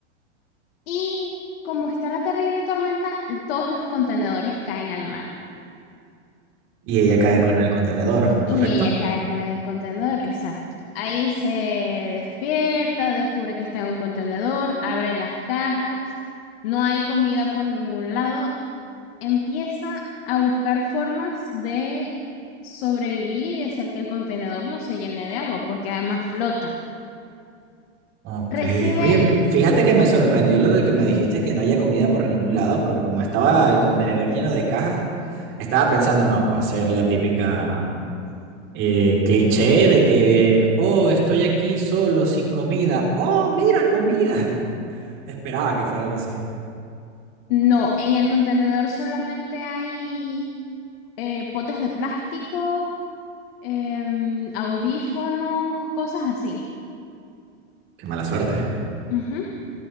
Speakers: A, on the left; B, on the right.
A: Y como está la terrible tormenta, todos los contenedores caen al mar.
B: Y ella cae con el contenedor,
A: Y
B: ¿correcto?
A: ella cae con el contenedor, exacto. Ahí se despierta, descubre que está en un contenedor, abre las cajas, no hay comida por ningún lado, empieza a buscar formas de sobrevivir y de hacer que el contenedor no se llene de agua, porque además flota.
B: Ok.
A: Recibe,
B: Oye, fíjate que me sorprendió lo de que me dijiste que no haya comida por ningún lado, porque como estaba el contenedor lleno de cajas, estaba pensando, no, va a ser la típica eh, cliché de que, oh, estoy aquí solo, sin comida. Oh, mira, comida. <laughs> Esperaba que fuera algo así.
A: no, en el contenedor solamente hay eh, potes de plástico, em, audífonos, cosas así.
B: Qué mala suerte.
A: Ujú.